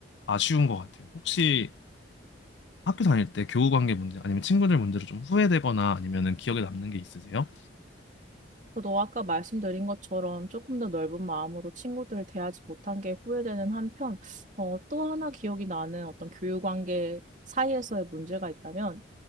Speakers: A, on the left; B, on the right.
A: 아쉬운 것 같아요. 혹시 학교 다닐 때 교우 관계 문제 아니면 친구들 문제로 좀 후회되거나 아니면은 기억에 남는 게 있으세요?
B: 저도 아까 말씀드린 것처럼 조금 더 넓은 마음으로 친구들을 대하지 못한 게 후회되는 한편, 어, 또 하나 기억이 나는 어떤 교육 관계 사이에서의 문제가 있다면,